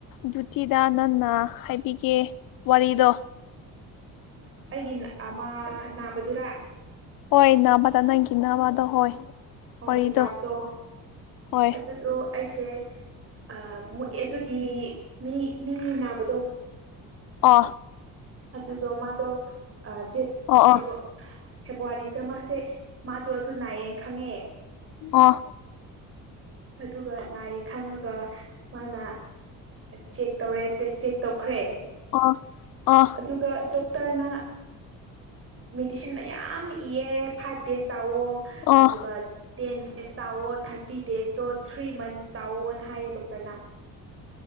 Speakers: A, on the left (about 75°); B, on the right (about 40°).
A: ꯗꯌꯇꯤꯗ ꯅꯟꯅ ꯍꯥꯏꯕꯤꯒꯦ ꯋꯥꯔꯤꯗꯣ
B: ꯑꯩꯒꯤ ꯑꯃ ꯅꯥꯕꯗꯨꯔꯥ
A: ꯍꯣꯏ ꯅꯥꯕꯗ ꯅꯪꯒꯤ ꯅꯥꯕꯗꯣ ꯍꯣꯏ
B: ꯑꯣ
A: ꯋꯥꯔꯤꯗꯣ
B: ꯑꯩꯒꯤ ꯅꯥꯞꯇꯣ
A: ꯍꯣꯏ
B: ꯑꯗꯨꯗꯣ ꯑꯩꯁꯦ ꯑ ꯑꯗꯨꯒꯤ ꯃꯤ ꯃꯤ ꯅꯥꯕꯗꯣ
A: ꯑ
B: ꯑꯗꯨꯣ ꯃꯥꯗꯣ ꯑ ꯗꯠ
A: ꯑꯣ
B: ꯍꯦꯄ ꯐꯦꯕꯋꯥꯔꯤꯗ ꯃꯥꯁꯦ ꯃꯥꯗꯣ ꯑꯗꯨ ꯅꯥꯏꯌꯦꯦꯅ ꯈꯪꯉꯦ
A: ꯑ
B: ꯑꯗꯨꯒ ꯅꯥꯏ ꯈꯪꯉꯒ ꯃꯥꯅ ꯆꯦꯛ ꯇꯧꯔꯦ ꯆꯦꯛ ꯇꯧꯈ꯭ꯔꯦ
A: ꯑ ꯑ
B: ꯑꯗꯨꯒ ꯗꯣꯛꯇꯔꯅ ꯃꯦꯗꯤꯁꯤꯟ ꯃꯌꯥꯝ ꯏꯌꯦ ꯐꯥꯠꯇꯦ ꯆꯥꯎꯋꯣ
A: ꯑꯣ
B: ꯑꯗꯨꯒ ꯇꯦꯟ ꯗꯦꯖ ꯇꯥꯋꯣ ꯊꯥꯔꯇꯤ ꯗꯦꯖꯇꯣ ꯊ꯭ꯔꯤ ꯃꯟꯁ ꯆꯥꯎꯋꯣꯅ ꯍꯥꯏꯌꯦ ꯗꯣꯛꯇꯔꯅ